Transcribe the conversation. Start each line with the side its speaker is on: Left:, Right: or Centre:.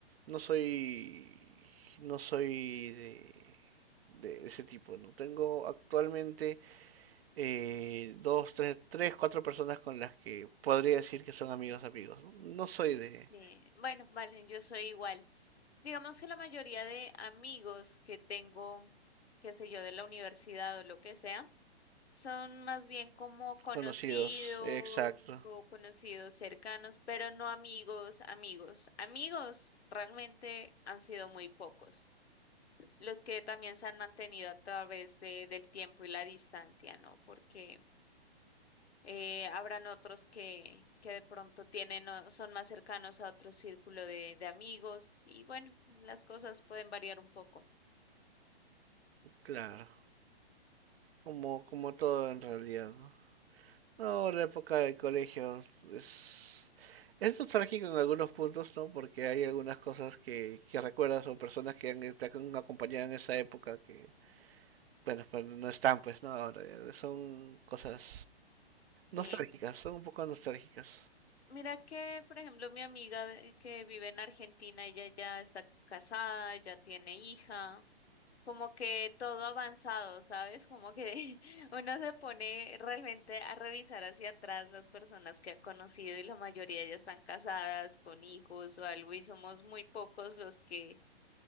Right: no soy, no soy de, de ese tipo, ¿no? Tengo actualmente eh, dos, tres, tres, cuatro personas con las que podría decir que son amigos amigos. No, No soy de
Left: Eh, bueno, vale, yo soy igual. Digamos que la mayoría de amigos que tengo, qué sé yo, de la universidad o lo que sea, Son más bien como conocidos
Right: desconocidos, exacto,
Left: o conocidos cercanos, pero no amigos, amigos. Amigos realmente han sido muy pocos, los que también se han mantenido a través de, del tiempo y la distancia, ¿no? Porque eh, habrán otros que, que de pronto tienen, o son más cercanos a otro círculo de, de amigos y bueno, las cosas pueden variar un poco.
Right: claro, como, como todo en realidad, ¿no? No, la época del colegio es, es nostálgico en algunos puntos, ¿no? Porque hay algunas cosas que, que recuerdas o personas que han, te han acompañado en esa época que, bueno, pues no están, pues, ¿no? Ahora, eh, son cosas
Left: Sí.
Right: nostálgicas, son un poco nostálgicas.
Left: Mira que, por ejemplo, mi amiga de- que vive en Argentina, ella ya está casada, ya tiene hija, como que todo avanzado, ¿sabes? Como que <laughs> uno se pone realmente a revisar hacia atrás las personas que ha conocido y la mayoría ya están casadas con hijos o algo y somos muy pocos los que